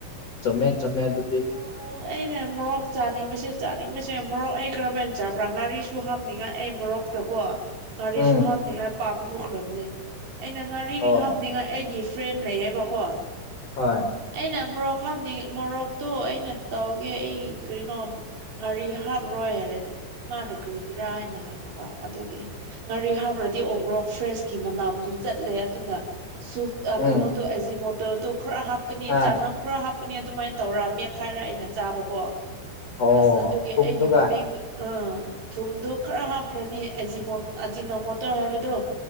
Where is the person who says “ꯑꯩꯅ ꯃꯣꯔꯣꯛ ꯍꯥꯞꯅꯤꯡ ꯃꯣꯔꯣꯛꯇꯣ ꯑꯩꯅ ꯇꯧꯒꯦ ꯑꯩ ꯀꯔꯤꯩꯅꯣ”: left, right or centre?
Right